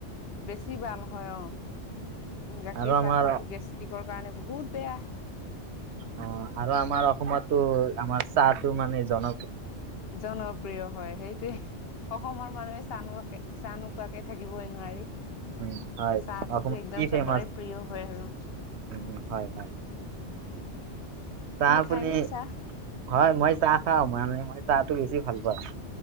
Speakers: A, on the left; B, on the right.
A: বেছি ভাল হয় অ। গাখীৰ
B: আৰু আমাৰ
A: চাহ খোৱাটো গেষ্ট্ৰিকৰ কাৰণে বহুত বেয়া।
B: অ আৰু আমাৰ অসমতটো আমাৰ চাহটো মানে জন
A: জনপ্ৰিয় হয়, সেইটোৱেই। অসমৰ মানুহে চাহ নোখোৱাকে চাহ নোকোৱাকে থাকিবই নোৱাৰি।
B: উম হয়
A: চাহতোটো
B: অসমত
A: একদম
B: কি ফেমাচ
A: চবৰে প্ৰিয় হয় আৰু।
B: উম, হয় হয়। চাহ আপুনি,
A: খায়নে চাহ?
B: হয় মই চাহ খাওঁ মানে মই চাহটো বেছি ভাল পোৱা,